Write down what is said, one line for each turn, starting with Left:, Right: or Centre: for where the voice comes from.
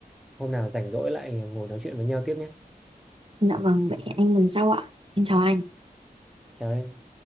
Centre: hôm nào rảnh rỗi lại ngồi nói chuyện với nhau tiếp nhé.
Right: Dạ vâng, vậy hẹn anh lần sau ạ. Em chào anh.
Centre: Chào em.